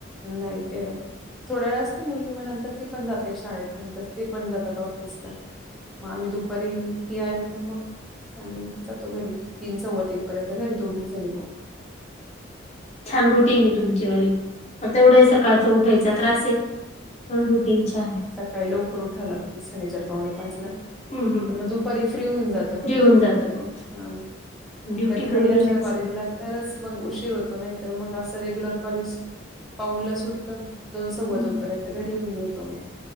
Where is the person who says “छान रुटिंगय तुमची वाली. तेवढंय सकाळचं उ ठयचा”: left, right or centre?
Left